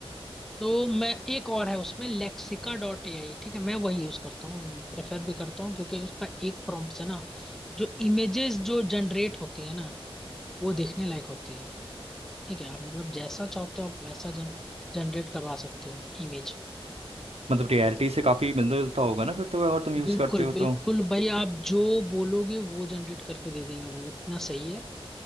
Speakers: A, in the centre; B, on the right (about 85°).
A: तो मैं एक और है उसमें लेक्सिका डॉट ए आई ठीक है मैं वही यूज करता हूँ प्रेफर भी करता हूँ क्योंकि उसका एक प्रॉम्प्ट से ना जो इमेजेस जो जनरेट होती है ना वो देखने लायक होती है ठीक है आप मतलब जैसा चाहते हो आप वैसा जन जनरेट करवा सकते हो इमेज
B: मतलब रियलिटी से काफी मिलता जुलता होगा ना फिर तो अगर तुम यूज
A: बिल्कुल
B: करते हो तो
A: बिल्कुल भाई आप जो बोलोगे वो जनरेट करके दे देंगे वो इतना सही है